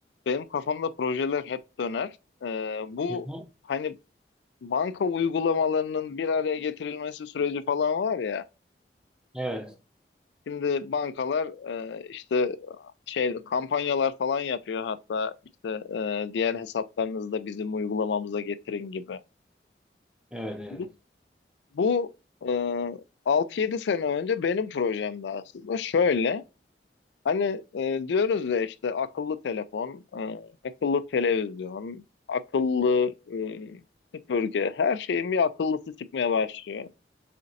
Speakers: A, on the left (about 85°); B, in the centre.
A: Benim kafamda projeler hep döner. E, bu
B: Hı hı.
A: hani banka uygulamalarının bir araya getirilmesi süreci falan var ya.
B: Evet.
A: Şimdi bankalar e, işte şey kampanyalar falan yapıyor hatta işte e, diğer hesaplarınızda bizim uygulamamıza getirin gibi.
B: Evet. Evet.
A: Bu, bu e, 6-7 sene önce benim projemdi aslında. Şöyle hani e, diyoruz ya işte akıllı telefon, e, akıllı televizyon, akıllı e, süpürge her şeyin bir akıllısı çıkmaya başlıyor.